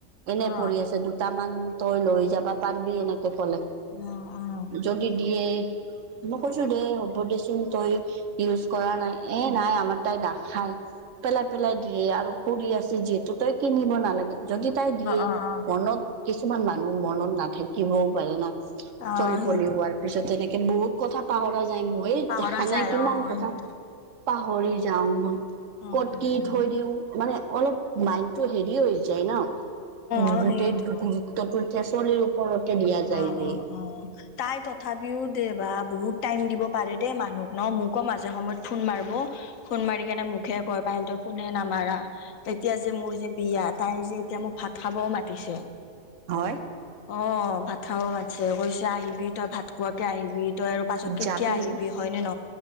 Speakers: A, on the right (about 70°); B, on the left (about 85°).
A: এনে
B: অ'
A: পৰি আছে দু টামান তই লৈ যাবা পাৰিবি এনেকে ক'লে।
B: অ, অ,
A: যদি দিয়ে মই কৈছো দে হ'ব দেচোন তই ইউজ কৰা নাই। এ নাই আমাৰ তাই নাখাই। পেলাই-পেলাই দিয়ে আৰু পৰি আছে যিহেতু তই কিনিব নালাগে। যদি তাই দিয়ে
B: অ' অ' অ'
A: মনত কিছুমান মানুহ মনত নাথাকিবও পাৰে না।
B: অ'
A: চলি
B: সেইটো
A: পলি হোৱাৰ পিছত তে এনেকে বহুত কথা পাহৰা যায় মই
B: পাহৰা
A: দেখা নাই
B: যায়
A: কিমান
B: অ'
A: কথা
B: সেইটো
A: পাহৰি যাওঁ। মই
B: অ'
A: ক'ত
B: অ'
A: কি
B: অ'
A: থৈ দিওঁ মানে অলপ মাইণ্ডটো হেৰি হৈ যায় ন। উম,
B: অ'
A: গোটেই
B: সেইটো
A: গুৰুত্বটো এতিয়া চলিৰ ওপৰতে দিয়া যায়
B: অ
A: যে।
B: অ অ তাই তথাপিও দে বা বহুত টাইম দিব পাৰে দেই মানুহক ন মোকো মাজে সময়ত ফোন মাৰিব ফোন মাৰি কেনে মোকহে কয় পাই তই ফোনে নামাৰা। তেতিয়া যে মোৰ যে বিয়া তাই যে এতিয়া মোক ভাত খাবও মাতিছে।
A: হয়।
B: অ', ভাত খাব মাতছে কৈছে আহিবি তই ভাত খোৱাকে আহিবি তই আৰু পাছত কেতিয়া
A: যাবি
B: আহিবি হয়নে ন